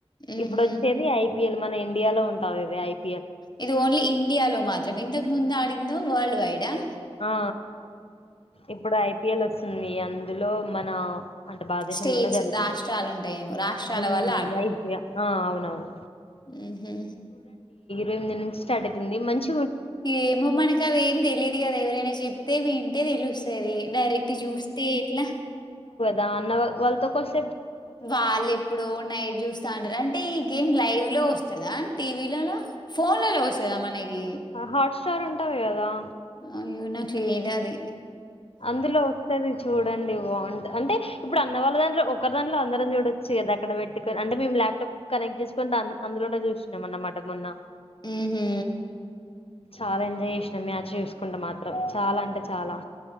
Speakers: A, on the left (about 45°); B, on the left (about 65°).
A: హుహు.
B: ఇప్పుడు వచ్చేది ఐపిఎల్ మన ఇండియాలో ఉంటాది ఇది ఐపీ
A: ఇది ఓన్లీ ఇండియా లో మాత్రం మే ఇంతకు ముందు ఆడిందేమో వరల్డ్ వైడ్ ఆ
B: ఆ ఇప్పుడు ఐపిఎల్ వస్తుంది అందులో మన అంటే భారదేశంలోనే
A: స్టేట్స్
B: జరుగుతది
A: రాష్ట్రాలుంటాయేమో. రాష్ట్రాల
B: ఊ
A: వాళ్ళు
B: వైజ్ గా ఆ అవునవును
A: ఊహు
B: రుంది నుంచి స్టార్ట్ అవుతుంది మంచి
A: ఏమో మనకు అవేమి తెలిదు కదా ఎవరైనా చెప్తే వింటే తెలుస్ సరే డైరెక్ట్ జూస్తే ఎట్లా
B: దాన్న వాల్ వాల్తో కొస్
A: వాళ్ళు ఎప్పుడో నైట్ చూస్తా ఉంటారు అంటే ఈ గేమ్ లైవ్ లో వస్ తదా టీవీలల ఫోన్లలో వస్తదా మనకి
B: హాట్ స్టార్ ఉంటది కదా
A: అయ్యో నాక్ లేదది ది
B: అందులో వస్తది చూడండి బాగుంట అంటే ఇప్పుడు అన్న వాళ్ళ దాంట్లో ఒకరు దాంట్లో అందరం చూడచ్చు కదా అక్కడ పెట్టుకని అంటే మే ల్యాప్టాప్ కనెక్ట్ చేసుకునీ దా అందులోనే చూసినాం అనమట మొన్న
A: ఉహు
B: చాలా ఎంజాయ్ చేసినాం మ్యాచ్ చూసుకుంట మాత్రం చాలా అంటే చాలా